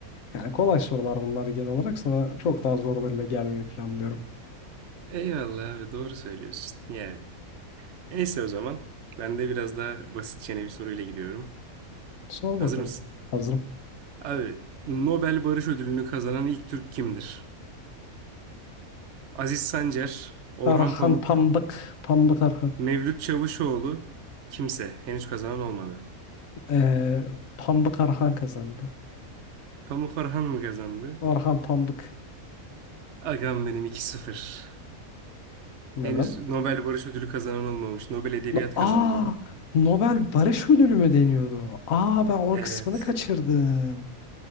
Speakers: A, on the left (about 65°); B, on the right (about 55°).
A: Yani kolay sorular bunlar genel olarak. Sana çok daha zorlarıyla gelmeyi planlıyorum.
B: Eyvallah abi doğru söylüyorsun. Yani neyse o zaman. Ben de biraz daha basitçene bir soruyla gidiyorum.
A: Sor
B: Hazır
A: bakalım.
B: mısın?
A: Hazırım.
B: Abi Nobel Barış Ödülünü kazanan ilk Türk kimdir? Aziz Sancar, Orhan
A: Arhan
B: Pamuk,
A: Pambık. Pambık Arhan.
B: Mevlüt Çavuşoğlu kimse. Henüz kazanan olmadı.
A: Ee, Pambık Arhan kazandı.
B: Pamuk Orhan mı kazandı?
A: Orhan Pambık.
B: Agam benim iki sıfır.
A: Neden?
B: Henüz Nobel Barış Ödülü kazanan olmamış. Nobel Edebiyat
A: No- Aa,
B: kazandı Orhan Pamuk.
A: Nobel Barış Ödülü mü deniyordu? Aa, ben o
B: Evet.
A: kısmını kaçırdım.